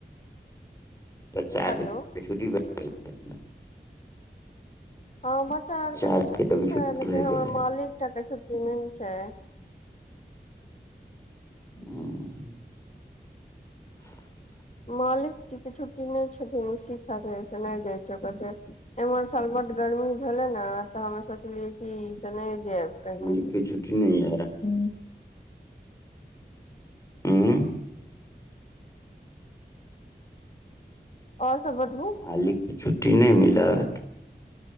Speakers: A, on the left; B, on the left.
A: बच्चा आरके
B: हेलो
A: छुट्टी त नहि <inaudible>
B: हँ बच्चा आर केँ
A: आरके
B: तऽ छुट्टी
A: अभी
B: छैक लेकिन
A: भए
B: हमर
A: गेल है
B: मालिक टा केँ छुट्टी नहि छैक
A: ह <inaudible>
B: मालिक जी केँ छुट्टी नहि छथिन ईी खातिर से नहि जाय छैक एम्हर साल गर्मी भेले ने तऽ हमे सोचलियै कि से नहि जेब कहहि
A: मालिकके छुट्टी नहि यऽ
B: ह
A: आँ <inaudible>
B: और सब बतबू
A: मालिकके छुट्टी नहि मिलत